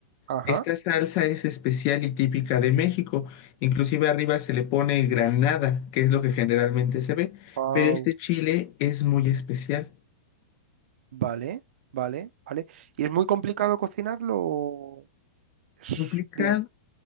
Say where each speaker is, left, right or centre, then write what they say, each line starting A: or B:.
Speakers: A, on the right (about 60°); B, on the left (about 30°).
A: Ajá.
B: Esta salsa es especial y típica de México. Inclusive arriba se le pone granada, que es lo que generalmente se ve,
A: Wow.
B: pero este chile es muy especial.
A: Vale, vale, vale. ¿Y es muy complicado cocinarlo? o Es
B: Complicado
A: bien.